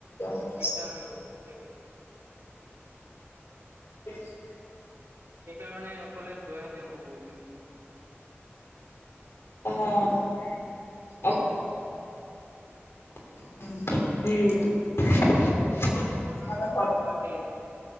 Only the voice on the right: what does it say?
<unintelligible> বহুত। তেনেকে।
সেইকাৰণে সেইফালে যোৱাই নাই মই বহুত দিন ধৰি।
তাকেই